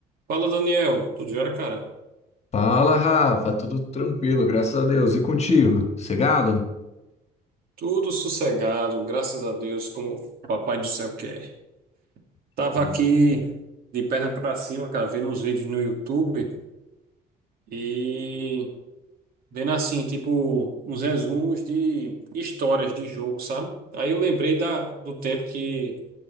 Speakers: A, on the right; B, on the left.
A: Fala, Daniel. Tudo jóia, cara?
B: Fala, Rafa, tudo tranquilo, graças a Deus. E contigo? Cegado?
A: Tudo sossegado, graças a Deus, como o papai do céu quer. Tava
B: Que bom.
A: aqui de perna pra cima, cara, vendo uns vídeos no YouTube e vendo assim, tipo, uns resumos de histórias de jogo, sabe? Aí eu lembrei da, do tempo que,